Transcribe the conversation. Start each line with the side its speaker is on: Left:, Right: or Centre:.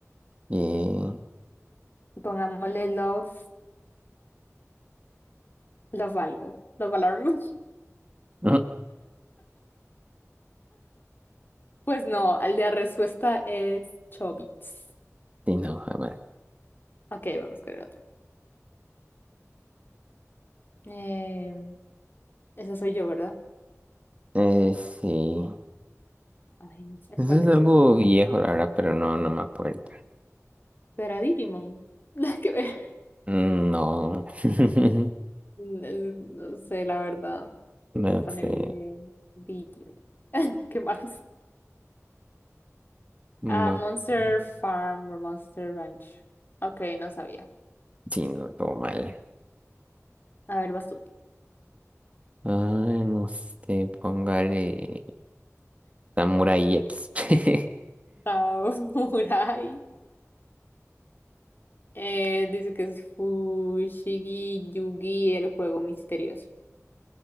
Right: Eh,
Left: pongámosle love, love algo. Love alarm. <laughs>
Right: mm,
Left: Pues no, la respuesta es Chobits.
Right: sí, no, jamás.
Left: Ok, vamos con el otro. Eh, ese soy yo, ¿verdad?
Right: Eh, sí.
Left: Ay, no sé
Right: Eso
Left: cuál
Right: es
Left: es
Right: algo
Left: ese.
Right: viejo, la verdad, pero no, no me acuerdo.
Left: ¿Será Digimon? <laughs> La que ve-
Right: Mm, No. <laughs>
Left: No no sé, la verdad.
Right: No
Left: Voy a ponerle
Right: sé.
Left: Digimon. <laughs> Qué malos.
Right: No
Left: Ah, Monster
Right: sé.
Left: Farm, o Monster Ranch. Ok, no sabía.
Right: Sí, no, todo mal.
Left: A ver, vas tú.
Right: Ah, no sé, póngale. Samurai X. <laughs>
Left: Ah, <laughs> Samurai. Eh, dice que es Fushigi Yugi, el juego misterioso.